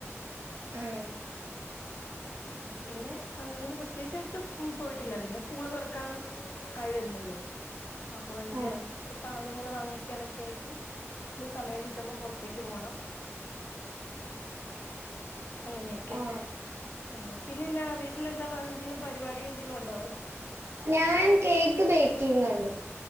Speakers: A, on the right; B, on the left.
A: ആ
B: ഉം പിന്നെ അങ്ങനെ പ്രത്യേകിച്ച് എടുത്തും പോയിട്ടില്ല പിന്നെ സ്കൂള് തുറക്കാൻ ആയി വരുന്നല്ലോ അപ്പോ അയിന്റെ
A: ആ
B: സാധന നങ്ങള് വാങ്ങിക്കാനായിട്ട് ഇനി സമയം കിട്ടുമ്പോ പുറത്തേക്ക് പോണം അങ്ങനെക്കെ
A: ആ
B: ഉം പിന്നെന്നാ വീട്ടിലെന്താ എന്തെങ്കലും പരിപാടി എന്തെലും ഉണ്ടാവോ
A: ഞാൻ കേക്ക് ബേക്ക് ചെയ്യുന്നുണ്ട്